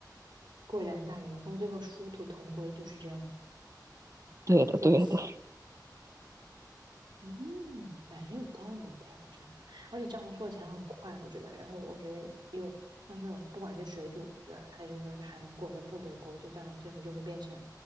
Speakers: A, on the right (about 85°); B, on the right (about 45°).
A: 果然大人到最后殊途同归就是这样子，
B: 对的，
A: 笑死。
B: 对的，
A: 嗯，蛮有道理的呀，我觉得，而且这样做起来很快，我觉得。然后我觉得有像这种，不管是水煮的，还是说是韩国的部队锅，就这样最后就会变成